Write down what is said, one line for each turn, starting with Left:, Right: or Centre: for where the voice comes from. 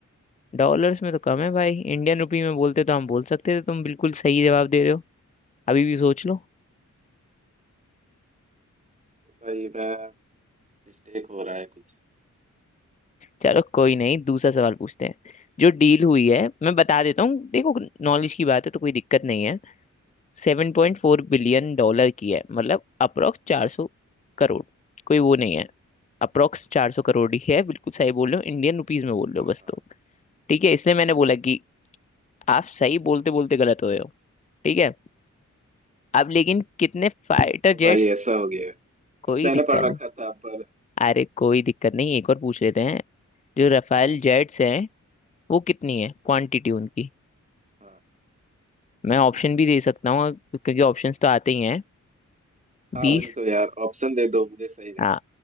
Left: डॉलर्स में तो कम है भाई इंडियन रुपी में बोलते तो हम बोल सकते थे तुम बिल्कुल सही जवाब दे रहे हो अभी भी सोच लो
Right: भाई मैं मिस्टेक हो रहा है कुछ
Left: चलो कोई नहीं दूसरा सवाल पूछते हैं जो डील हुई है मैं बता देता हूँ देखो नॉलेज की बात है तो कोई दिक्कत नहीं है Seven point four billion dollar की है मतलब अप्रोक्स चार सौ करोड़ कोई वो नहीं है अप्रोक्स चार सौ करोड़ ही है बिल्कुल सही बोल रहे हो इंडियन रुपीज में बोल रहे
Right: हाँ
Left: हो बस
Right: हाँ
Left: तो ठीक है इसलिए मैंने बोला कि आप सही बोलते बोलते गलत हो रहे हो ठीक है अब लेकिन कितने फाइटर
Right: तो
Left: जेट्स
Right: भाई ऐसा हो गया है
Left: कोई
Right: भाई मैंने
Left: दिक्कत
Right: पढ़
Left: नहीं
Right: रखा था पर
Left: अरे कोई दिक्कत नहीं एक और पूछ लेते हैं जो रफाल जेट्स हैं वो कितनी है क्वांटिटी उनकी
Right: हाँ
Left: मैं ऑप्शन भी दे सकता हूँ क्योंकि ऑप्शंस तो आते ही हैं
Right: हाँ
Left: बीस
Right: बिल्कुल यार ऑप्शन दे दो मुझे सही रहे
Left: हाँ